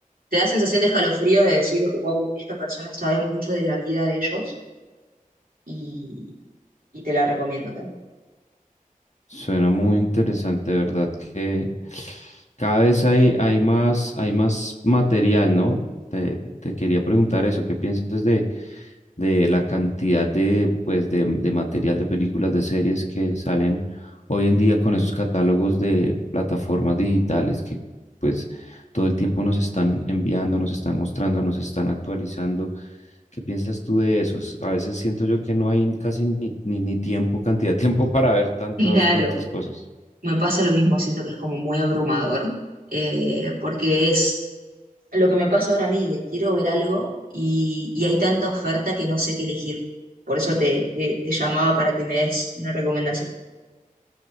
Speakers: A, on the right (about 80°); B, on the left (about 55°).
A: te da sensación de escalofríos de decir, wow, esta persona sabe mucho de la vida de ellos y, y te la recomiendo también.
B: suena muy interesante, de ¿verdad? Que cada vez hay, hay más, hay más material, ¿no? Te, te quería preguntar eso, ¿qué piensas de de la cantidad de, pues, de, de material de películas, de series que salen hoy en día con esos catálogos de plataformas digitales que pues todo el tiempo nos están enviando, nos están mostrando, nos están actualizando. ¿Qué piensas tú de esos? A veces siento yo que no hay casi ni, ni, ni tiempo, cantidad de tiempo para ver tantas,
A: Claro,
B: tantas cosas.
A: me pasa lo mismo, siento que es como muy abrumador, eh, porque es lo que me pasa ahora a mí, de quiero ver algo y, y hay tanta oferta que no sé qué elegir. Por eso te, te, te llamaba para que me des una recomendación.